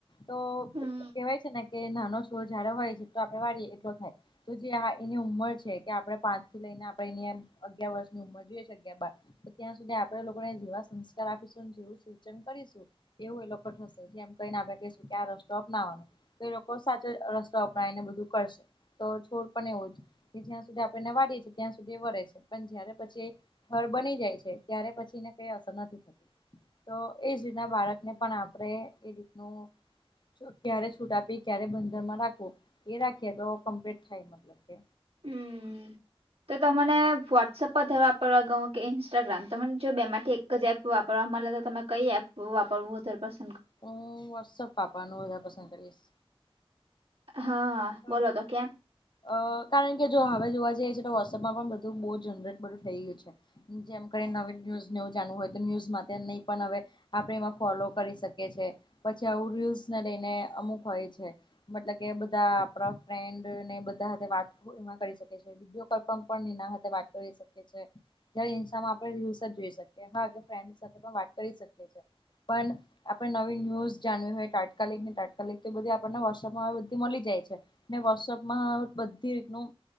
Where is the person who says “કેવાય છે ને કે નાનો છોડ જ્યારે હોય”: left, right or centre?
Left